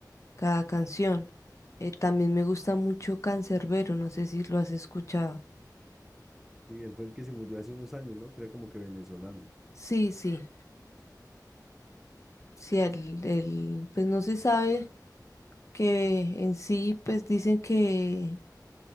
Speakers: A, on the left; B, in the centre.
A: cada canción. Eh, también me gusta mucho Cancerbero, no sé si lo has escuchado.
B: sí, él fue el que se murió hace unos años, ¿no? Que era como que venezolano.
A: Sí, sí, sí, el, el- pues no se sabe que en sí, pues dicen que,